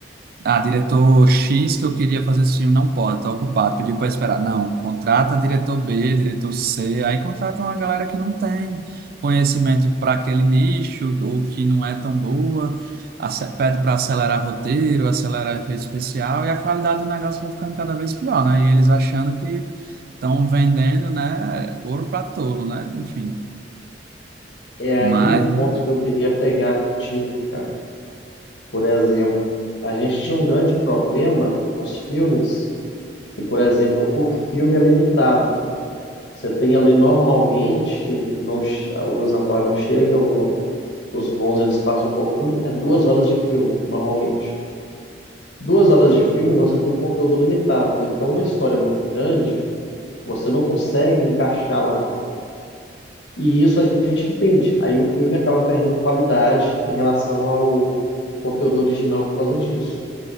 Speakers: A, on the right (about 55°); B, on the left (about 80°).
A: ah, diretor X que eu queria fazer esse filme não pode, tá ocupado, pediu para esperar. Não, contrata diretor B, diretor C, aí contrata uma galera que não tem conhecimento para aquele nicho ou que não é tão boa, ace- pede para acelerar roteiro, acelerar efeito especial e a qualidade do negócio vai ficando cada vez pior, né? E eles achando que estão vendendo, né, ouro para tolo, né? Enfim,
B: É aí
A: mas
B: o ponto que eu queria pegar contigo, cara. Por exemplo, a gente tinha um grande problema nos filmes, que, por exemplo, o filme é limitado. Você tem ali normalmente, não, che- o Zatora não chega, o- os bons eles passam um pouquinho, é duas horas de filme, normalmente. Duas horas de filme você tem um conteúdo limitado, então uma história muito grande você não consegue encaixar lá. E isso a gente entende. Aí o filme acaba perdendo qualidade em relação ao conteúdo original por causa disso.